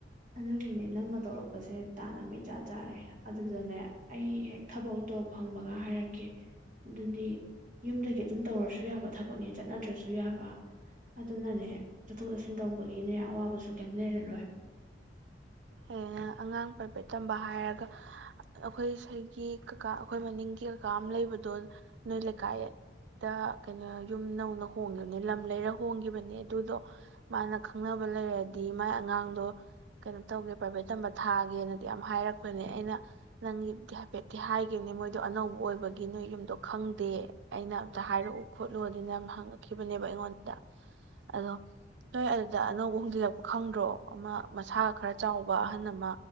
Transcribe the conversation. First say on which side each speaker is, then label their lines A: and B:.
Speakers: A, on the right; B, on the right.
A: ꯑꯗꯨꯒꯤꯅꯦ ꯅꯪꯅ ꯇꯧꯔꯛꯄꯁꯦ ꯇꯥꯅꯕꯩꯆꯥ ꯆꯥꯔꯦ ꯑꯗꯨꯗꯅꯦ ꯑꯩ ꯍꯦꯛ ꯊꯕꯛꯇꯣ ꯐꯪꯕꯒ ꯍꯥꯏꯔꯛꯀꯦ ꯑꯗꯨꯗꯤ ꯌꯨꯝꯗꯒꯤ ꯑꯗꯨꯝ ꯇꯧꯔꯁꯨ ꯌꯥꯕ ꯊꯕꯛꯅꯦ ꯆꯠꯅꯗ꯭ꯔꯁꯨ ꯌꯥꯕ ꯑꯗꯨꯅꯅꯦ ꯆꯠꯊꯣꯛ ꯆꯠꯁꯤꯟ ꯇꯧꯕꯒꯤꯅꯦ ꯑꯋꯥꯕꯁꯨ ꯀꯌꯤꯝ ꯂꯩꯔꯔꯣꯏ
B: ꯑ ꯑꯉꯥꯡ ꯄ꯭ꯔꯥꯏꯚꯦꯠ ꯇꯝꯕ ꯍꯥꯏꯔꯒ ꯑꯈꯣꯏ ꯁꯥꯏꯒꯤ ꯀꯀꯥ ꯑꯈꯣꯏ ꯃꯅꯤꯡꯒꯤ ꯀꯀꯥ ꯑꯃ ꯂꯩꯕꯗꯣ ꯅꯣꯏ ꯂꯩꯀꯥꯏꯗ ꯀꯩꯅꯣ ꯌꯨꯝ ꯅꯧꯅ ꯍꯣꯡꯈꯤꯕꯅꯦ ꯂꯝ ꯂꯩꯔ ꯍꯣꯡꯒꯤꯕꯅꯦ ꯑꯗꯨꯗꯣ ꯃꯥꯅ ꯈꯪꯅꯕ ꯂꯩꯔꯗꯤ ꯃꯥꯥꯏ ꯑꯉꯥꯡꯗꯣ ꯀꯩꯅꯣ <unintelligible> ꯄ꯭ꯔꯥꯏꯚꯦꯠ ꯇꯝꯕ ꯊꯥꯒꯦꯅꯗꯤ ꯌꯥꯝ ꯍꯥꯏꯔꯛꯄꯅꯦ ꯑꯩꯅ ꯅꯪꯒꯤꯗꯤ ꯍꯥꯏꯐꯦꯠꯇꯤ ꯍꯥꯏꯈꯤꯕꯅꯦ ꯃꯣꯏꯗꯣ ꯑꯅꯧꯕ ꯑꯣꯏꯕꯒꯤ ꯅꯣꯏ ꯌꯨꯝꯗꯣ ꯈꯪꯗꯦ ꯑꯩꯅ ꯑꯝꯇ ꯍꯥꯏꯔꯛꯎ ꯈꯣꯠꯂꯨ ꯑꯗꯨꯅ ꯌꯥꯝ ꯍꯪꯉꯛꯈꯤꯕꯅꯦꯕ ꯑꯩꯉꯣꯟꯗ ꯑꯗꯣ ꯅꯣꯏ ꯑꯗꯨꯗ ꯑꯅꯧꯕ ꯍꯣꯡꯖꯤꯜꯂꯛꯄ ꯈꯪꯗ꯭ꯔꯣ ꯑꯃ ꯃꯁꯥꯒ ꯈꯔ ꯆꯥꯎꯕ ꯑꯍꯟ ꯑꯃ